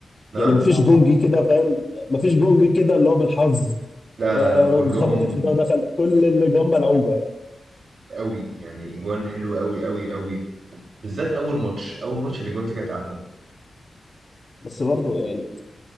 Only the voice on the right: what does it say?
نعم
لا
لا لا كلهم
قوي يعني اجوان حلوه قوي قوي قوي بالذات اول ماتش اول ماتش الاجوان فيه كانت احلى